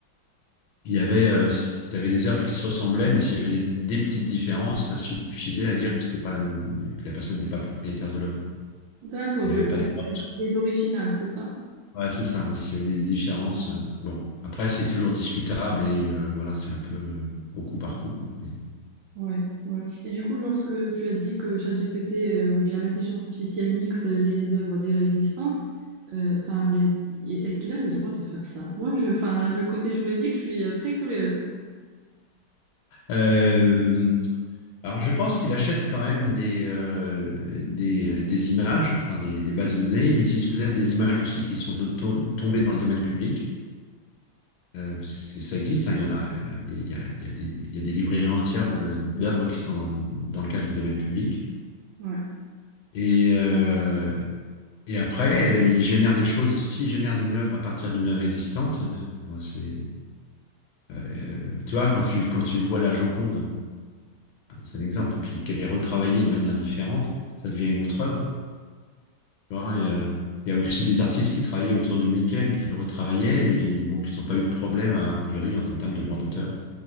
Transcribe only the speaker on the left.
il y avait euh, si tu avais des œuvres qui se ressemblaient, mais s'il y avait des, des petites différences, ça suffisait à dire que c'était pas la même- que la personne n'était pas propriétaire de l'œuvre,
qu'elle
n'avait
pas des droits
dessus.
Ouais, c'est ça, oui, s'il y avait des différences. euh, bon, après c'est toujours discutable et euh, voilà, c'est un peu euh, au coup par coup, quoi. Mais-
Euh, Alors, je pense qu'il achète quand même des, euh, des, euh, des images, enfin des, des bases de données. Il utilise peut-être des images aussi qui sont de- to- tombées dans le domaine public. Euh, parce que c'est- ça existe, hein, il y en a, euh, il y a, il y a des, il y a des librairies entières de- d'œuvres qui sont dans, dans le cadre du domaine public.
Et, euh, et après, euh, il génère des choses. S'il génère une œuvre à partir d'une œuvre existante, euh, bon, c'est, euh, euh, tu vois, quand tu, quand tu vois la Joconde, hein, c'est un exemple, puis qu'elle est retravaillée de manière différente, ça devient une autre œuvre. Tu vois, il y a, il y a aussi des artistes qui travaillaient autour de Mickey, mais qui le retravaillaient, et donc ils n'ont pas eu de problème, a priori, en termes de droits d'auteur.